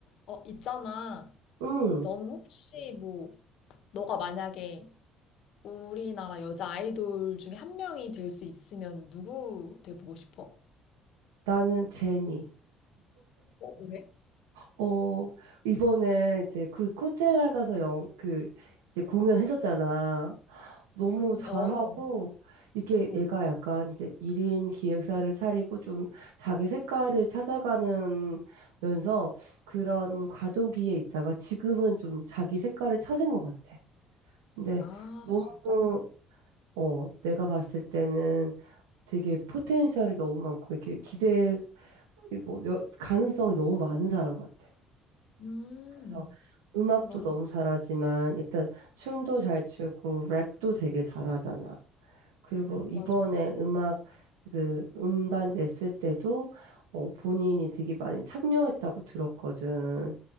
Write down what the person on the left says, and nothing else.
어, 있잖아.
넌 혹시 뭐, 너가 만약에 우리나라 여자 아이돌 중에 한 명이 될 수 있으면 누구 돼보고 싶어?
어, 왜?
음,
어,
어.
아,
진짜?
음,
그렇구나.
맞아.